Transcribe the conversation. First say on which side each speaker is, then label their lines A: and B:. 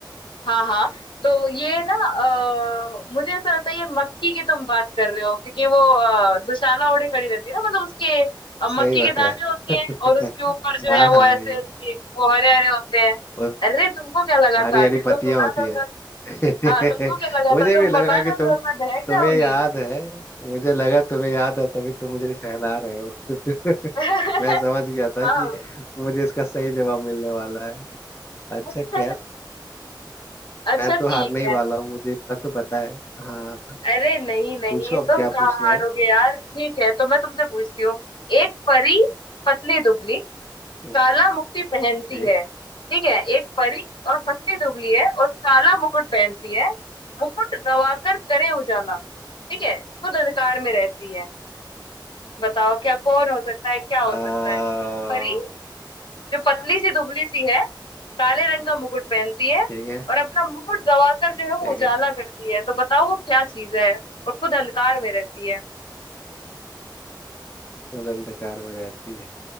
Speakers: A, on the left; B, on the left.
A: हाँ हाँ तो ये ना अ, मुझे ऐसा लगता है ये मक्की की तुम बात कर रहे हो क्योंकि वो अ, दुशाला ओढ़े खड़ी रहती है ना मतलब उसके अ, मक्की
B: सही बताया
A: के दाने होते
B: <laughs>
A: हैं और उसके ऊपर जो
B: हाँ
A: है वो
B: हाँ
A: ऐसे
B: ये
A: ऐसे वो हरे हरे होते हैं
B: और
A: अरे तुमको क्या लगा
B: हरी
A: था
B: हरी
A: कि
B: पत्तियां
A: तुम बता
B: होती
A: दो अगर-
B: है <laughs>
A: हाँ तुमको क्या लगा
B: मुझे
A: था तुम
B: भी लगा
A: बता
B: कि
A: दो
B: तुम
A: और मैं बहक
B: तुम्हें
A: जाऊंगी
B: याद है मुझे लगा तुम्हें याद है तभी तुम मुझे टहला रहे हो <laughs>
A: <laughs>
B: मैं समझ गया था
A: हाँ
B: कि मुझे इसका सही जवाब मिलने वाला है अच्छा
A: <laughs>
B: खैर
A: अच्छा
B: मैं तो
A: ठीक
B: हारने ही
A: है
B: वाला हूँ मुझे इतना तो पता है हाँ
A: अरे नहीं नहीं
B: पूछो अब
A: तुम
B: क्या
A: कहाँ
B: पूछना
A: हारोगे
B: है
A: यार ठीक है तो मैं तुमसे पूछती हूँ एक परी पतली दुबली
B: हम्म,
A: काला मुकुट पहनती
B: एक
A: है ठीक है एक परी और पतली दुबली है और काला मुकुट पहनती है मुकुट गवाकर करे उजाला ठीक है खुद अंधकार में रहती है बताओ क्या कौन हो सकता है क्या हो
B: आ,
A: सकता है एक परी जो पतली सी दुबली सी है काले रंग का मुकुट पहनती है
B: ठीक है
A: और अपना मुकुट गवाकर जो है वो
B: ठीक
A: उजाला
B: है
A: करती है तो बताओ वो क्या चीज है और खुद अंधकार में रहती है
B: खुद अंधकार में रहती है